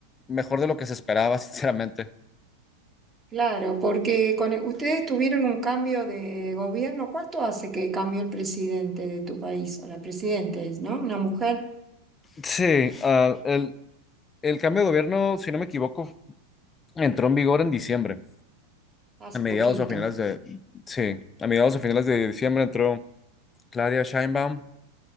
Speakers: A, on the left; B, on the right.
A: mejor de lo que se esperaba, <laughs> sinceramente.
B: Claro, porque con e, ustedes tuvieron un cambio de gobierno. ¿Cuánto hace que cambió el presidente de tu país? O la presidenta es, ¿no? Una mujer
A: Sí, ah, el, el cambio de gobierno, si no me equivoco, entró en vigor en diciembre,
B: hace
A: a mediados
B: poquito.
A: o a finales de, sí, a mediados o finales de diciembre entró Claudia Sheinbaum,